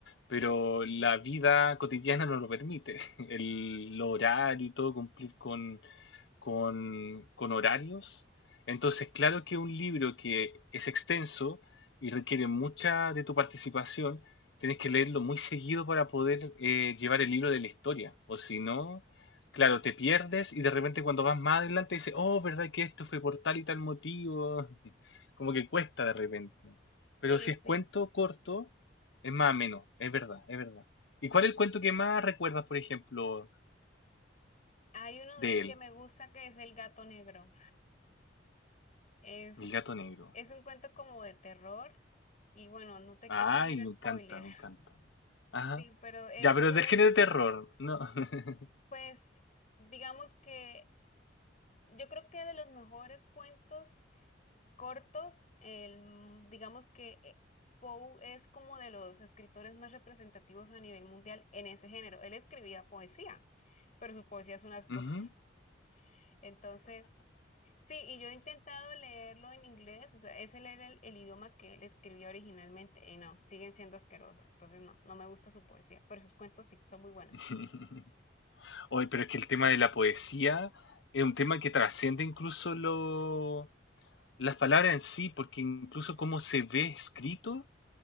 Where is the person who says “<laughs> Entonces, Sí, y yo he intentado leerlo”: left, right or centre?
Left